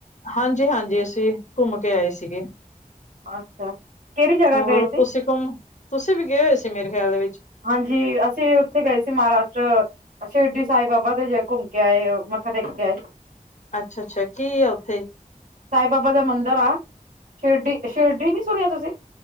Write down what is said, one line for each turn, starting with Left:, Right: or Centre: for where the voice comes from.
Left: ਹਾਂਜੀ-ਹਾਂਜੀ, ਅਸੀਂ, ਘੁੰਮ ਕੇ ਆਏ ਸੀਗੇ।
Right: ਅੱਛਾ। ਕਿਹੜੀ ਜਗ੍ਹਾ
Left: ਹੋਰ,
Right: ਗਏ ਸੀ?
Left: ਤੁਸੀਂ ਘੁੰਮ, ਤੁਸੀਂ ਵੀ ਹੋਏ ਹੋਏ ਸੀ, ਮੇਰੇ ਖਿਆਲ ਦੇ ਵਿੱਚ।
Right: ਹਾਂਜੀ। ਅਸੀਂ ਉੱਥੇ, ਗਏ ਸੀ, ਮਹਾਰਾਸ਼ਟਰ। ਅੱਛੀ ਸ਼ਿਰਡੀ ਸਾਹਿਬ ਬਾਬਾ ਦੇ, ਜ ਘੁੰਮ ਕੇ ਆਏ ਔ। ਮੱਥਾ ਟੇਕ ਕੇ ਆਏ ਔ
Left: ਅੱਛਾ- ਅੱਛਾ। ਕੀ ਆ ਉੱਥੇ?
Right: ਸਾਈ ਬਾਬਾ ਦਾ ਮੰਦਿਰ ਆ। ਸ਼ਿਰਡੀ, ਸ਼ਿਰਡੀ ਨੀ ਸੁਣਿਆ ਤੁਸੀਂ?